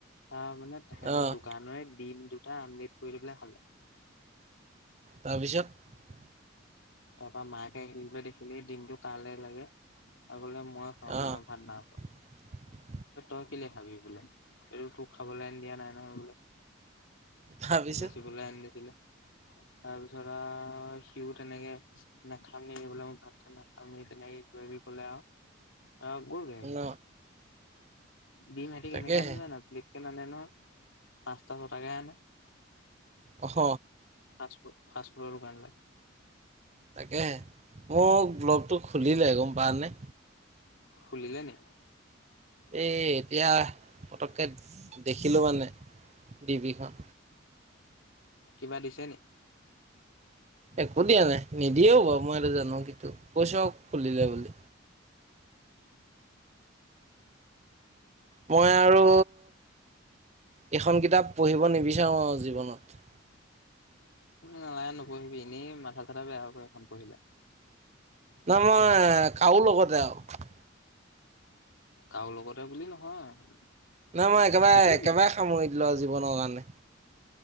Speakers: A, on the left; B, on the right.
A: তাৰ মানে তেহঁতৰ
B: অ'
A: দোকানৰে দিম দুটা আমলেট কৰি পেলাই খালোঁ
B: তাৰপিছত।
A: তাৰ পৰা মাকে আহি বোলে দেখিলি দিমটো কালে লাগে। আগলে মই খাওঁ
B: অ'
A: বেলেগলে ভাত নাইখোৱা
B: <inaudible>
A: তই কেলে খাবি বোলে এইটো তোক খাবলৈ আ দিয়া নাই নহয় বোলে।
B: তাৰপিছত
A: বেছিবলৈ আনি দিলে তাৰপিছত আহ, সিও তেনেকে নাখামেই এইবিলাকত ভাত চাত নাখামেই তেনেকে কিবাকিবি কলে আৰু। অ গ'লগে সি?
B: ন
A: ভীমহেঁতে
B: তাকেহে
A: কেনেকে আনে জান, প্লিক কে নানে নহয়। <unintelligible> পাঁচটো ছয়তাকে কে আনে
B: অহ
A: ফাষ্টৰ্ফুড ফাৰ্ষ্টফুড ৰ দোকানলে
B: তাকেহে মোৰ ব্লগটো খুলিলে গম পাওঁ নে
A: খুলিলে নে
B: এ এতিয়া পতককে দেখিলো মানে। দি পি খন
A: কিবা দিছে নি
B: একো দিয়া নাই নিদিয়েও বাৰু মই সেইটো জানো কিন্তু কৈছো আৰু খুলিলে বোলি। মই আৰু এইখন কিতাপ পঢ়িব নিবিচাৰোঁ আৰু জীৱনত।
A: নালাগে নপঢ়িবি এনেই মাথা চাথা বেয়া হব এখন পঢ়িলে
B: না মই কাৰো লগতে যাওঁ
A: কৰোঁ লগতে বুলি নহয়
B: নাই মই একেবাৰে
A: পঢ়িবি
B: একেবাৰে সামৰি দিলো আও জীৱনৰ কাৰণে